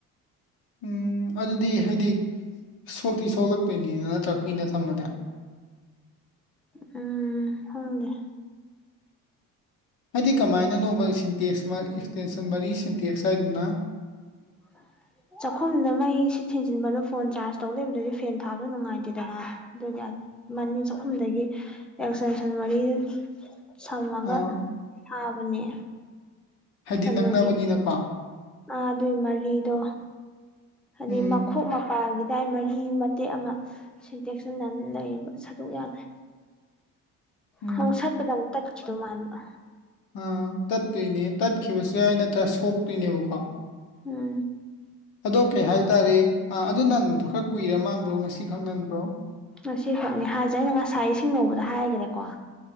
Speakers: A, on the left (about 80°); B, in the centre.
A: ꯎꯝ ꯑꯗꯨꯗꯤ ꯍꯥꯏꯗꯤ ꯁꯣꯛꯇꯤ ꯁꯣꯛꯂꯛꯇꯣꯏꯅꯤꯅ ꯅꯠꯇ꯭ꯔ ꯀꯨꯏꯅ ꯊꯝꯃꯗꯤ
B: ꯎꯝ ꯈꯪꯗꯦ
A: ꯍꯥꯏꯗꯤ ꯀꯃꯥꯏꯅꯅꯣꯕ ꯁꯤꯟꯇꯦꯛꯁ ꯑꯦꯛꯁꯇꯦꯟꯁꯟ ꯃꯔꯤ ꯁꯤꯟꯇꯦꯛꯁ ꯍꯥꯏꯗꯨꯅ
B: <inaudible> ꯆꯥꯛꯈꯨꯝꯗ ꯃꯩ ꯁꯤ ꯊꯤꯟꯖꯤꯟꯕꯅꯣ ꯐꯣꯟ ꯆꯥꯔꯖ ꯇꯧ ꯂꯩꯕꯗꯨꯗꯤ ꯐꯦꯟ ꯊꯥꯕꯗꯣ ꯅꯨꯡꯉꯥꯏꯇꯦꯗꯅ ꯑꯗꯨꯒꯤ ꯃꯥꯅꯤ ꯆꯥꯛꯈꯨꯝꯗꯒꯤ ꯑꯦꯛꯁꯟꯁꯟ ꯃꯔꯤ ꯁꯝꯃꯒ
A: ꯑ
B: ꯊꯥꯕꯅꯦ
A: ꯍꯥꯏꯗꯤ
B: ꯑꯗꯨꯒꯤ
A: ꯅꯛꯅꯕꯅꯤꯅꯀꯣ
B: ꯑ ꯑꯗꯨꯒꯤ ꯃꯔꯤꯗꯣ ꯍꯥꯏꯗꯤ
A: ꯎꯝ
B: ꯃꯈꯨꯞ ꯄꯥꯈꯤꯗꯥꯏ ꯃꯔꯤ ꯃꯇꯦꯛ ꯑꯃ ꯁꯤꯟ ꯇꯦꯛꯁꯤꯟꯅꯅ ꯂꯩꯌꯦꯕ ꯁꯇꫭꯛ ꯌꯥꯗꯔꯦ
A: ꯎꯝ
B: ꯍ ꯁꯠꯄꯗ ꯑꯃꯨꯛ ꯇꯠꯈꯤꯗꯧ ꯃꯥꯟꯕ
A: ꯑꯥ ꯇꯠꯇꯣꯏꯅꯦ ꯇꯠꯈꯤꯕꯁꯨ ꯌꯥꯏ ꯅꯠꯇ꯭ꯔꯥ ꯁꯣꯛꯇꯣꯏꯅꯦꯕꯀꯣ
B: ꯎꯝ
A: ꯑꯗꯣ ꯀꯩ ꯍꯥꯏꯇꯥꯔꯦ ꯑ ꯑꯗꯨ ꯅꯟꯕꯗꯨꯣ ꯈꯔ ꯀꯨꯏꯔ ꯃꯥꯟꯕ꯭ꯔꯣ ꯉꯁꯤꯈꯛ ꯅꯟꯕ꯭ꯔꯣ
B: ꯉꯁꯤꯈꯛꯅꯤ ꯍꯥꯏꯁꯦ ꯑꯩꯅ ꯉꯁꯥꯏ ꯏꯁꯤꯡ ꯂꯧꯕꯗ ꯍꯥꯏꯈ꯭ꯔꯦꯀꯣ